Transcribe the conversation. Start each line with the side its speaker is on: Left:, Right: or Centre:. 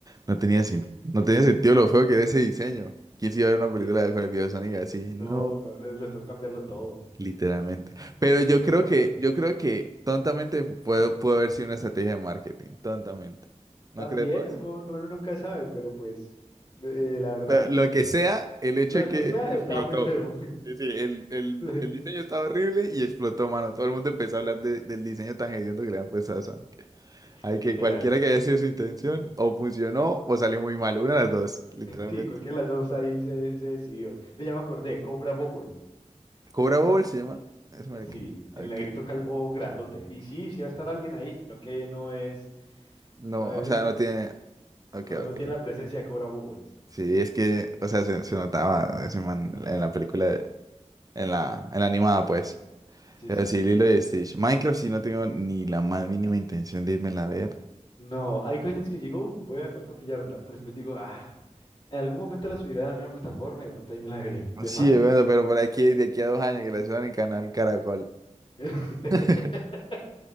Right: no tenía, sin- no tenía sentido lo feo que era ese diseño. ¿Quién se iba a ver una película
Left: Sí,
Right: con el video de Sonic así? No,
Left: no, no, les, les tocó cambiarlo todo,
Right: literalmente. Pero yo
Left: es
Right: creo
Left: que sale-
Right: que, yo creo que tontamente pudo, pudo haber sido una estrategia de marketing. Tontamente. ¿No
Left: también,
Right: crees vos?
Left: fue un- uno nunca sabe, pero pues, eh, eh, la verdad,
Right: Pero Lo que sea, el hecho
Left: lo
Right: es
Left: que
Right: que
Left: sea,
Right: explotó.
Left: estaba muy feo, <laughs>
Right: Sí, sí, el, el-
Left: Le-
Right: el diseño estaba horrible y explotó, mano. Todo el mundo empezó a hablar de- del diseño tan hediondo que le han puesto a Sonic. Hay
Left: literal,
Right: que cualquiera que
Left: pues.
Right: haya sido su intención,
Left: Mm.
Right: o funcionó o salió muy mal. Una de las dos, literalmente.
Left: Sí, cualquiera de las dos ahí se, se decidió. Me llama acordé, Cobra Bobble.
Right: ¿Cobra Bowl se llama? Es marica.
Left: Eh, Sí, el
Right: Ok.
Left: negrito calvo grandote. Y sí, sí va a estar alguien ahí, pero que no es,
Right: No,
Left: no es
Right: o
Left: grande.
Right: sea, no tiene. Ok,
Left: No, no
Right: ok.
Left: tiene la presencia de Cobra Bubbles.
Right: Sí, es que, o sea, se, se notaba ese man en la película, de- en la, en la animada, pues.
Left: Sí,
Right: Pero
Left: sí,
Right: sí,
Left: sí.
Right: Lilo y Stitch. Minecraft sí no tengo ni la más mínima intención de irme a ver.
Left: No, hay cositas que digo, "Uf, voy a de pronto pillármela, pero después digo, ah, en algún momento la subiré a alguna plataforma y de pronto ahí me la veré. ¿De
Right: Sí,
Left: más?
Right: es verdad, pero por aquí, de aquí a dos años que la suban en Canal Caracol.
Left: <laughs>
Right: <laughs>